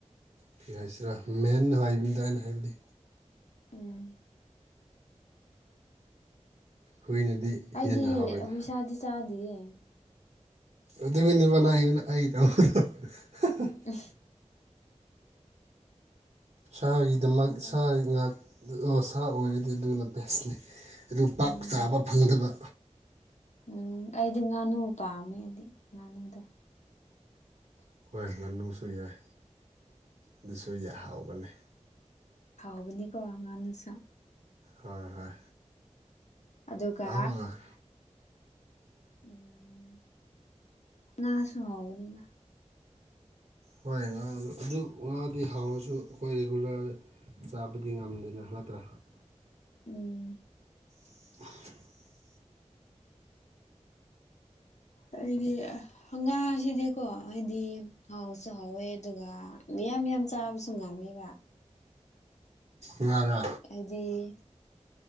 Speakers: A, on the right (about 70°); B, on the left (about 70°).
A: ꯀ꯭ꯔꯤ ꯍꯥꯏꯁꯤꯔꯥ ꯃꯦꯟ ꯍꯥꯏꯕꯅꯤꯗ ꯑꯩꯅ ꯍꯥꯏꯕꯗꯤ
B: ꯎꯝ
A: ꯍꯨꯏꯅꯗꯤ
B: ꯑꯩꯗꯤ
A: ꯍꯦꯟꯅ ꯍꯥꯎꯋꯦꯗ
B: ꯍꯨꯏꯁꯥꯗꯤ ꯆꯥꯗꯤꯌꯦ
A: ꯑꯗꯨꯒꯤꯅꯤ <unintelligible> ꯃꯅꯥꯏꯅ ꯑꯩꯒꯤꯗꯃꯛ ꯍꯥ ꯍꯥ
B: <unintelligible>
A: ꯁꯥꯒꯤꯗꯃꯛ
B: ꯉꯥꯅꯨ
A: ꯁꯥ ꯉꯥꯛ ꯁꯥ ꯑꯣꯏꯔꯗꯤ ꯑꯗꯨꯅ ꯕꯦꯁꯅꯤ ꯑꯗꯨ ꯄꯥꯛ
B: ꯎꯝ
A: ꯆꯥꯕ ꯐꯪꯗꯕ
B: ꯎꯝ ꯑꯩꯗꯤ ꯉꯥꯅꯨ ꯄꯥꯝꯃꯦ ꯑꯩꯗꯤ ꯉꯥꯅꯨꯗꯣ
A: ꯍꯣꯏ ꯉꯥꯅꯨꯁꯨ ꯌꯥꯏ ꯑꯗꯨꯁꯨ ꯌꯥꯏ ꯍꯥꯎꯕꯅꯤ
B: ꯍꯥꯎꯕꯅꯤꯀꯣ ꯉꯥꯅꯨꯁꯨ
A: ꯍꯣꯏ ꯍꯣꯏ
B: ꯑꯗꯨꯒ
A: ꯑꯍꯥꯎꯕ ꯉꯥꯛ
B: ꯎꯝ ꯉꯥꯁꯨ ꯍꯥꯎꯕꯅꯤꯗ
A: ꯍꯣꯏ ꯉꯥꯁꯨ ꯑꯗꯨ ꯉꯥꯗꯤ ꯍꯥꯎꯔꯁꯨ ꯑꯩꯈꯣꯏ ꯔꯤꯒꯨꯂꯔ ꯆꯥꯕꯗꯤ ꯉꯝꯗꯦꯅ ꯅꯠꯇ꯭ꯔꯥ
B: ꯎꯝ
A: <inaudible>
B: ꯑꯩꯗꯤ ꯑꯥ ꯍꯪꯉꯥꯁꯤꯗꯤꯀꯣ ꯍꯥꯢꯗꯤ ꯍꯥꯎꯁꯨ ꯍꯥꯎꯋꯦ ꯑꯗꯨꯒ ꯃꯤꯌꯥꯝ ꯃꯤꯌꯥꯝ ꯆꯥꯕꯁꯨ ꯉꯝꯃꯦꯕ
A: ꯉꯥꯔꯥ
B: ꯍꯥꯢꯗꯤ